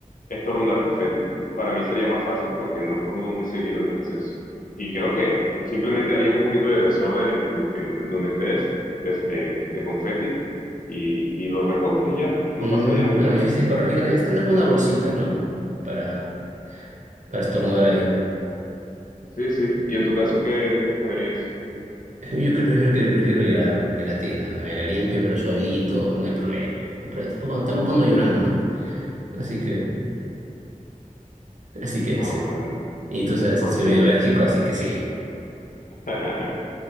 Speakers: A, on the left (about 80°); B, on the right (about 60°).
A: estornudar confeti. Para mí sería más fácil porque no estornudo muy seguido, entonces. Y creo que simplemente harías un poquito de desorden en tu, en, en donde estés, des- eh, de, confeti, y, y lo recoges y ya, no
B: Mm,
A: pasaría mucha,
B: me da
A: mucha
B: difícil corregirlo.
A: cosa.
B: Debes andar con una bolsita, ¿no? Para, para estornudar ahí.
A: Sí, sí. ¿Y en tu caso qué, qué escogerías?
B: <laughs> Yo creo prefiero que prefiero llorar gelatina. De manera limpio, pero suavito, no hay problema. No, Pero tampoco, tampoco ando llorando, ¿no? Así que, así que
A: Ah,
B: es.
A: bueno, bueno.
B: Y tú sabes
A: Ok,
B: que soy medio
A: ok.
B: alérgico, así que sí.
A: <laughs>